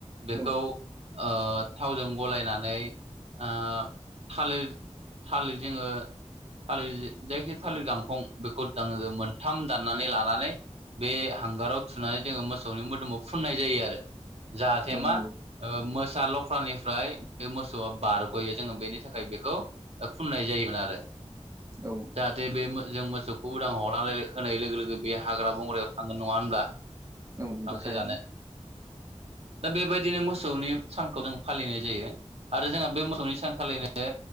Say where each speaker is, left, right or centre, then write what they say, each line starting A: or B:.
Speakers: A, on the right; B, on the right.
A: बेखौ
B: औ
A: ओ थावजों गलायनानै ओ थालिर थालिर जोङो थालिर जायखि थालिर गांखं बेखौ दाङो मोनथाम दाननानै लानानै बे हांगाराव थुनानै जोङो मोसौनि मोदोमाव फुननाय जायो आरो। जाथे
B: नंगौ
A: मा ओ मोसा लख्रानिफ्राय बे मोसौआ बारग'यो जोङो बेनि थाखाय बेखौ फुननाय जायोमोन आरो।
B: औ
A: जाहाथे बे जों मोसौखौ उदां हर होनाय लोगो लोगो बे हाग्रा बंग्रायाव थांगोन नङा होनब्ला
B: औ नंगौ
A: गांसो
B: थारैनो
A: जानो दा बेबायदिनो मोसौनि सानखौ जों फालिनाय जायो। आरो जोंहा बे मोसौनि सानखालिनो